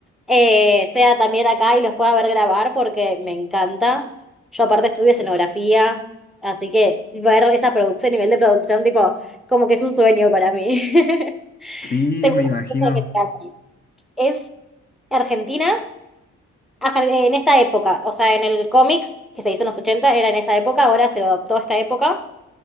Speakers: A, in the centre; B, on the left.
A: eh, sea también acá y los pueda ver grabar porque me encanta. Yo aparte estudio escenografía, así que ver esa producción, nivel de producción, tipo, como que es un sueño para mí. <laughs>
B: Sí,
A: Tengo
B: me
A: un
B: imagino.
A: poco de que está aquí. Es Argentina ajá, en esta época, o sea, en el cómic que se hizo en los 80 era en esa época, ahora se lo adoptó a esta época,